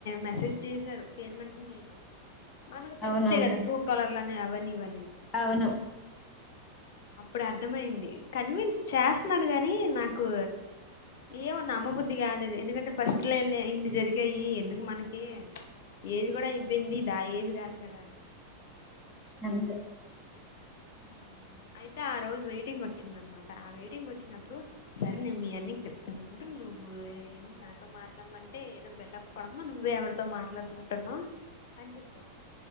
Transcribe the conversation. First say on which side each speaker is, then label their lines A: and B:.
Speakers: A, on the left; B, on the left.
A: మెసేజ్ చేశారు పేరు మెన్షన్ చేయకున్ మనకు తెలుస్తే
B: అవునవును
A: కదా ట్రూ కలర్ లన్ అవన్ని ఇవన్నీ
B: అవును
A: అప్పుడు అర్థమయింది కన్విన్స్ చేస్తన్నాడు గాని నాకు ఏమో నమ్మబుద్ధి కాలేదు ఎందుకంటే ఫస్ట్ లైలే ఇన్ని జరిగాయి ఎందుకు మన <unintelligible> ఏజ్ కూడా అయిపోయింది దా ఏజ్ కాదు కదా అని
B: అంతె
A: ఉమ్ అయి తే ఆ రోజు వెయిటింగ్ వచ్చిందనమా టి ఆ వెయిటింగ్ వచ్చినప్పుడు సరే నేను మీ అన్నికి చెప్తానుండు నువ్వు ఏ నాతో మాట్లాడమంటే ఏదో బెల్డప్ కొడతనా నువ్వే ఎవరితో మాట్లాడుతున్నట్టున్నావు అని చెప్పారు